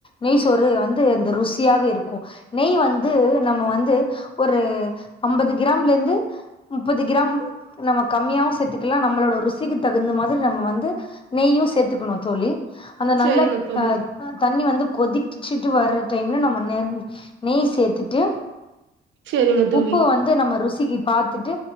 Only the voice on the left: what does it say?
நெய் சோறு வந்து இந்த ருசியாகவே இருக்கு நெய் வந் து நம்ம வந்து ஒரு அம்பது கிராம் லேருந்து முப்பது கிராம் நம்ம கம்மியாவு சேத்துக்கலா நம்மளோட ருசிக்கு தகுந்த மாரி நம்ம வந்து நெய்யு சேத்துக்கணு தோழி அந்த
நல்ல
ஆஹ் தண்ணி வந்து கொதிக் புடிச்சிட்டு வர்ற டைம்ல நம்ம நே நெய் சேத்துட்டு
உப்பு வந்து நம்ம ரு சிக்கி பாத்துட்டு